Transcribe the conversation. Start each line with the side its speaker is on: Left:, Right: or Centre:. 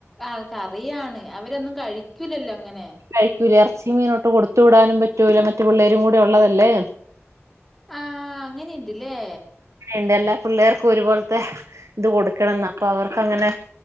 Centre: ആ കറിയാണ് അവരൊന്നും കഴി ക്കൂലല്ലോ അങ്ങനെ
Right: കഴിക്കൂല ഇറച്ചി മീനും ഒട്ടും കൊടുത്തു വിടാനും പറ്റില്ല മറ്റ് പിള്ളേരും കൂടെ ഉള്ളതല്ലേ
Centre: ആ അങ്ങനെയുണ്ട്ല്ലേ
Right: ന്റെ എല്ലാ പിള്ളേർക്കും ഒരു പോലത്തെ ഇത് കൊടുക്കണമെന്നാ അപ്പോ അവർക്കങ്ങനെ